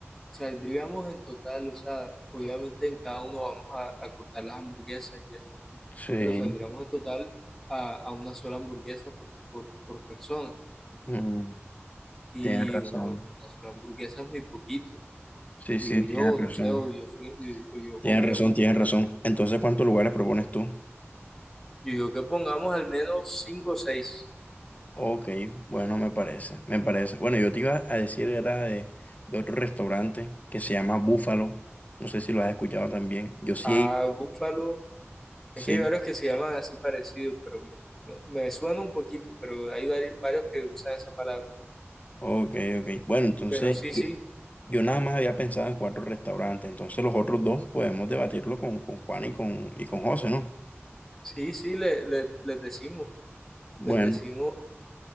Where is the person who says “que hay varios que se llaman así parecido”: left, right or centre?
Centre